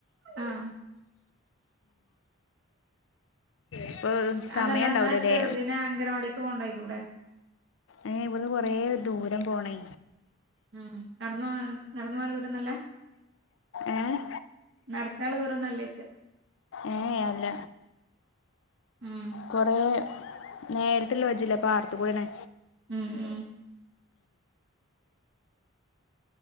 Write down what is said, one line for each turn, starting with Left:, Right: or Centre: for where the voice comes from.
Right: ആഹ്
Left: ഇപ്പോൾ
Right: അതല്ല
Left: സമയം ഉണ്ടാവില്ലല്ലേ
Right: എന്നാ ചെറുതിനെ അങ്കനവാടിക്ക് കൊണ്ടായിക്കൂടെ
Left: അഹ് ഇവിടിന് കൊറെേ ദൂരം പോണേ
Right: ഉം നടന്ന് പോവാൻ നടന്ന് പോവാലുള്ള ദൂരോന്നല്ല
Left: ഏഹ്
Right: നടക്കാലുള്ള ദൂരോന്നല്ലേ ചോച്ച
Left: ഏഹ് അല്ല
Right: ഉം
Left: കൊറേ നേരിട്ടല്ല വഴില്ല പാടത്ത്ക്കുടാണ്
Right: ഉം ഉം